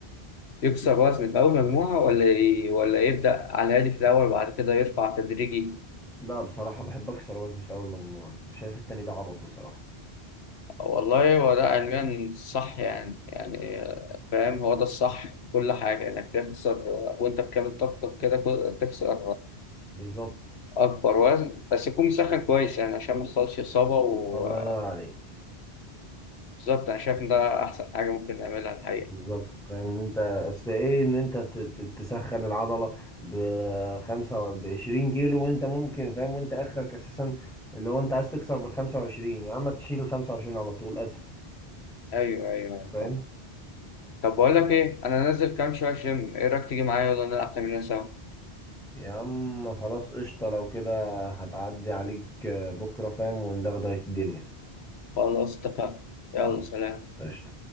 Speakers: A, on the left; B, in the centre.
A: يكسر وزن في اول مجموعه ولا ي... ولا يبدا على الهادي في الاول وبعد كده يرفع تدريجي
B: لا بصراحة بحب اكسر وزني في اول مجموعة وشايف التاني ده عبط بصراحة
A: والله هو ده علميا صح يعني يعني فاهم هو ده الصح في كل حاجة إنك تخسر وأنت بكامل طاقتك كده كل- تخسر
B: بالظبط
A: أكبر وزن بس يكون مسخن كويس يعني عشان ما يحصلش إصابة وبالظبط
B: الله ينور عليك
A: أنا شايف إن ده أحسن حاجة ممكن نعملها الحقيقة
B: بالظبط فاهم ان انت اصل ايه ان انت ت- ت- تسخن العضله بخمسة بعشرين كيلو وانت ممكن فاهم وانت اخرك اساسا اللي هو انت عايز تكسر بالخمسة وعشرين يا عم تشيل الخمسة وعشرين على طول اسهل
A: أيوه أيوه أيوه
B: فاهم
A: فاهم. طب بقول لك إيه أنا نازل كام شوية جيم إيه رأيك تيجي معايا ولا نلعب تمرين سوا؟
B: يا عم خلاص قشطه لو كده هبقى اعدي عليك بكره فاهم وندغدغ الدنيا
A: خلاص اتفقنا يلا
B: خلاص
A: سلام
B: قشطه